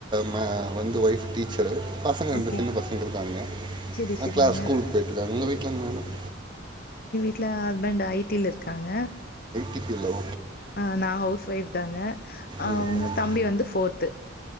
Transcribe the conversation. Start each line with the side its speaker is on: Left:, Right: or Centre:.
Right: ம வந்து ஒய்ஃப் டீச் பசங்க ரெண்டு
Left: ஓகே
Right: சின்ன பசங்க இருக்கானுங்க
Left: செரி செரிங்க
Right: கிளாஸ் ஸ்கூலுக்கு போயட்டு இருக்காங்க உங்க வீட்டுலங்க மேடம்
Left: வீட்டுல ஹஸ்பெண்ட் ஐடில இருக்காங்க
Right: ங்கிலோ
Left: அ நான் ஹவுஸ் ஒய்ஃப் தாங்க அவுங்க
Right: ம் ம்
Left: தம்பி வந்து ஃபோர்த்து